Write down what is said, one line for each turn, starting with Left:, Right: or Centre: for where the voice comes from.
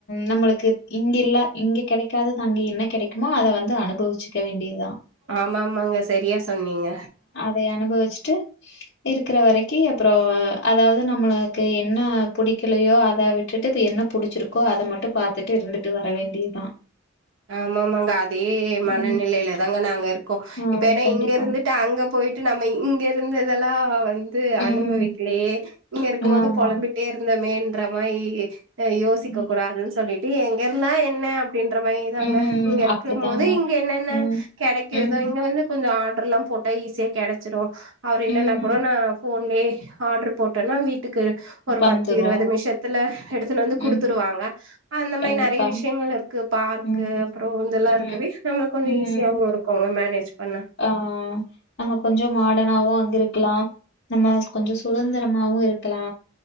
Left: நம்மளுக்கு இங்க இல்ல இங்க கிடைக்காத த அங்க என்ன கிடைக்குமோ அத வ ந்து அனுபவிச்சக்க வேண்டியதுதா
Right: ஆமா ஆமாங்க செரியா சொன்னீங்க
Left: போய் அனுபவச்சிட்டு இருக்கிற வரைக்கு அப்பறோ அதாவது நம்மளுக்கு என்ன புடிக்கலையோ அத விட்டுட்டு என்னப் புடிச்சிருக்கோ அத மட்டு பாத்துட்டு இருந்துட்டு வர வேண்டியதா
Right: ஆமாமாங்க அதே
Left: ம்
Right: மனநிலையில தாங்க நாங்க இருக்கோ
Left: ஆ
Right: இப்ப ஏன்னா
Left: கண்டிப்பா.
Right: இங்க இருந்துட் டு அங்க போயிட்டு நம்ம இங்க இருந்ததெல்லா வந் து
Left: ம்
Right: அனுபவிக்கலையே இங்க இருக்கு போது
Left: ஆமா.
Right: பொளம்பிட்டே இருந்தோமேன்ற மாரி யோசிக்க
Left: ம்
Right: கூடாதுன் சொல்லிட்டு எங்க இருந்தா என்ன அப்டின்ற மாரி தாங்க
Left: ம்
Right: இங்க இருக்கு
Left: அப்படிதாங்க.
Right: மோது இங்க என்னென்ன
Left: ம்
Right: கெடைக்குதோ
Left: ம்
Right: இங்க வந்து கொஞ்சோ ஆர்டர்ல்லா போட்டா ஈஸியா கெடச்சிடு அவர் இல்லன்னா
Left: ம்
Right: கூட நா போன்லே ஆர்டர் போட்டனா வீ ட்டுக்கு ஒரு
Left: வந்துரு.
Right: பத்து இருவது நிமிஷத்துல எடுத்துன் வந்து குடுத்துருவாங்க
Left: ம்
Right: அந்த மாரி
Left: கண்டிப்பா.
Right: நெறைய விஷயங்கள் இருக்கு பார்க்கு
Left: ம்
Right: அப்பறோ இதெல்லா
Left: ம்
Right: இருக்கவே நம்மக் கொஞ்சோ
Left: ம்
Right: ஈஸியவு இருக் கோங்க மேனேஜ் பண்ண
Left: ஆ நம்ம கொஞ்சோ மாடனாவோ அங்கிருக்கலா நம்ம கொஞ்சோ சுதந்திரமாவு இருக்கலா